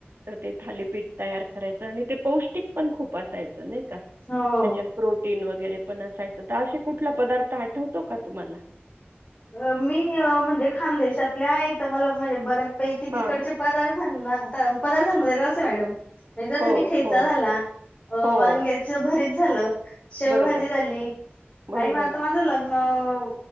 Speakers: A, on the right; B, on the left.
A: तर ते थालीपीठ तयार करायचं आणि ते पौष्टिक पण खूप असायचं नाही का.
B: हो
A: त्याच्यात प्रोटीन वगैरे पण असायचं तर असे कुठला पदार्थ आठवतो का तुम्हाला.
B: अ मी अ म्हणजे खानदेशातले आहे तर मला म्हणजे बऱ्याच पैकी
A: हां.
B: तिकडचे. पदार्थांना त पदार्थांमध्ये रस आहे मॅडम म्हणजे जस
A: हो,
B: की ठेचा
A: हो,
B: झाला. अ
A: हो.
B: वांग्याच भरीत झालं शेवभाजी
A: बरोबर,
B: झाली
A: बरोबर.
B: आणि म आता माझं ल''--'' नव,